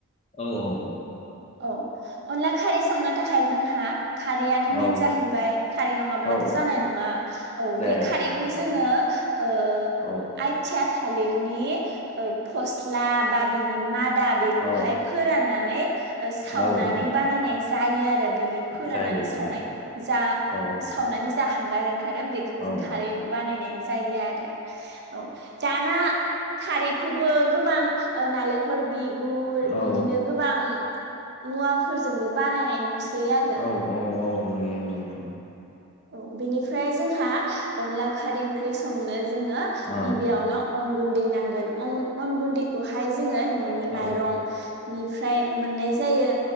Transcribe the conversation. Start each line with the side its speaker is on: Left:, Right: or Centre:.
Left: औ औ
Right: औ अनला खारै संनो थाखाय जोंहा खारैआनो
Left: औ
Right: मेन जाहैबाय खारै नङाब्लाथ'
Left: औ
Right: जानाय नङा औ
Left: जाया
Right: बे खारैखौ
Left: जाया
Right: जोङो
Left: औ
Right: ओ
Left: औ
Right: आयथिया थालिरनि फस्ला बा बिनि म बेखौहाय
Left: औ
Right: फोराननानै ओ सावनानै
Left: औ
Right: बानायनाय जायो आरो बिनि फोराननानै
Left: जायो जायो
Right: सावनाय जा
Left: औ
Right: सावनानै जा हांगार ओंखारो बेखौ
Left: औ
Right: जों खारै बानायनाय जायो आरो औ दाना खारैखौबो गोबां नालेंखल बिगुर
Left: औ
Right: बिदिनो गोबां मुवाफोरजोंबो बानायनाय नुसै आरो
Left: औ औ औ नुयो नुयो
Right: औ बेनिफ्राय जोंहा ला खारै ओंख्रि संनो जोङो
Left: अ
Right: गिबियावनो अन गुन्दै नांगोन अन गुन्दैखौ हाय जोङो न'नि
Left: औ
Right: माइरं निफ्राय मोननाय जायो।